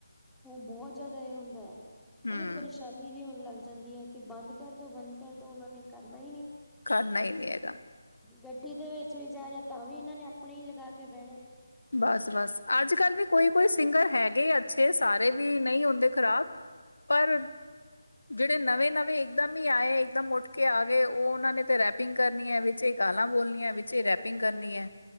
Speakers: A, in the centre; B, on the left.
A: ਉਹ ਬਹੁਤ ਜ਼ਿਆਦਾ ਇਹ ਹੁੰਦਾ ਹੈ।
B: ਹੂੰ
A: ਕਿਉਂਕਿ ਪਰੇਸ਼ਾਨੀ ਜ ਹੋਣ ਲੱਗ ਜਾਂਦੀ ਹੈ ਕਿ ਬੰਦ ਕਰਦੋ ਬੰਦ ਕਰਦੋ ਉਹਨਾ ਨੇ ਕਰਨਾ ਹੀ ਨੀ।
B: ਕਰਨਾ ਹੀ ਨੀ ਹੈਗਾ।
A: ਗੱਡੀ ਦੇ ਵਿੱਚ ਵੀ ਜਾਣੇ ਤਾਂ ਵੀ ਇਹਨਾਂ ਨੇ ਆਪਣੇ ਹੀ ਲਗਾ ਕੇ ਬਹਿਣੇ।
B: ਬਸ- ਬਸ ਅੱਜ ਕੱਲ੍ਹ ਵੀ ਕੋਈ ਕੋਈ ਸਿੰਗਰ ਹੈਗੇ ਅੱਛੇ ਸਾਰੇ ਵੀ ਨਹੀਂ ਹੁੰਦੇ ਖ਼ਰਾਬ। ਪਰ ਜਿਹੜੇ ਨਵੇਂ- ਨਵੇਂ ਇੱਕਦਮ ਹੀ ਆਏ ਇਕਦਮ ਉੱਠ ਕੇ ਆ ਗਏ ਉਹ ਉਹਨਾਂ ਨੇ ਤੇ ਰਹਿ ਪਿੰਗ ਕਰਨੀ ਹੈ ਵਿੱਚ ਇਹ ਗਾਲਾਂ ਬੋਲਣੀਆਂ ਵਿੱਚ ਇਹ ਰੈਪਿੰਗ ਕਰਨੀ ਹੈ।